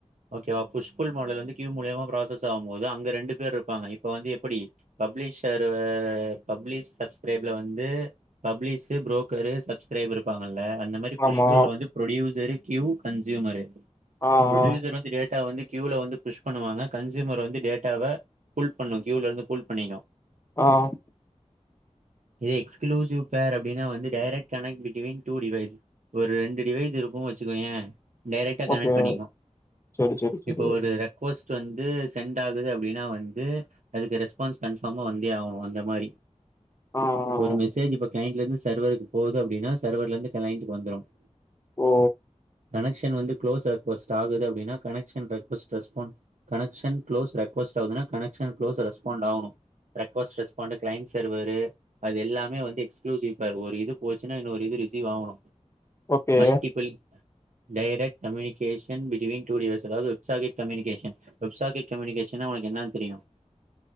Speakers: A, on the right; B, on the left.
A: ஓகேவா புஷ் புள் மாடல் வந்து கியூ மூலியமா ப்ராசஸ் ஆகும்போது அங்க ரெண்டு பேர் இருப்பாங்க இப்போ வந்து எப்படி பப்ளிஷர் ஆ பப்ளிஷ் சப்ஸ்கிரைப்ல வந்து பப்ளிஷு ப்ரோக்கரு சப்ஸ்கிரைப்பரு இருப்பாங்க அந்த மாரி புஷ்புல்ல
B: ஆமா
A: வந்து ப்ரொடியூசர் கியூ கன்சயூமரு
B: ஆ
A: ப்ரொடியூசர்
B: ஆ
A: வந்து டேட்டா வந்து கியூல வந்து புஷ் பண்ணுவாங்க கன்சியூமர் வந்து டேட்டாவ புல் பண்ணு கியூல இருந்து புல் பண்ணிறோ
B: ஆஹ்
A: இது எக்ஸ்க்ளூசிவ் பேர் அப்டின்னா வந்து direct connect between two device ஒரு ரெண்டு டிவைஸ் இருக்கோ வெச்சுக்கோயே டேரெக்டா கனெக்ட்
B: ஓகே
A: பண்ணிக்கு
B: செரி செரி செரி
A: இப்ப ஒரு ரெ போஸ்ட் வந்து செண்டட் ஆகுது அப்படின்னா வந்து அதுக்கு ரெஸ்பான்ஸ் கன்ஃபார்மாக வந்தே ஆகணும் அந்த மாரி
B: ஆ ஆ
A: ஒரு மெசேஜ் ப கிளைண்ட்ல இருந்து சர்வருக்கு போகுது அப்படின்னா சர்வர்லந்து கிளைண்ட்டுக்கு வந்துரும்
B: ஓ
A: கனெக்க்ஷன் வந்து க்ளோஸ் ரெக்வஸ்ட் ஆகுது அப்படின்னா connection request respond connection close request ஆகுதுனா கனெக்க்ஷ ஷன் க்ளோஸ் ரெஸ்பாண்ட் ஆகனும் ரெக்வஸ்ட் ரெஸ்பான்டு க்ளைண்டஸ் சர்வரு அது எல்லாமே வந்து எக்ஸ்களூசிவ் பேர் ஒரு இது போச்சுன்னா இன்னொரு இது ரிசீவ் ஆகணும்
B: okay
A: multiple direct communication between two device அதாவது வெப்சாகட் கம்யூனிகேஷன் வெப்சாகட் கம்யூனிகேஷன்னா உனக்கு என்ன தெரியும்